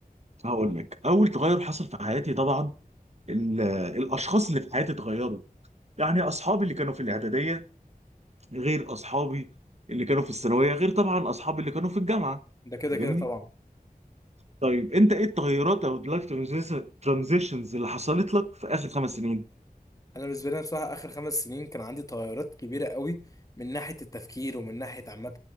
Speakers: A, on the right (about 45°); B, on the left (about 20°).
A: هقول لك اول تغير حصل في حياتي طبعا ال- الاشخاص اللي في حياتي اتغيروا يعني اصحابي اللي كانوا في الاعداديه غير اصحابي اللي كانوا في الثانويه غير طبعا اصحابي اللي كانوا في الجامعه
B: ده كده
A: فاهمني
B: كده طبعا
A: طيب انت ايه التغيرات او اللايف ترانزيشنز اللي حصلت لك في اخر خمس سنين
B: انا بالنسبه لي بصراحه اخر خمس سنين كان عندي تغيرات كبيره قوي من ناحيه التفكير ومن ناحيه عامه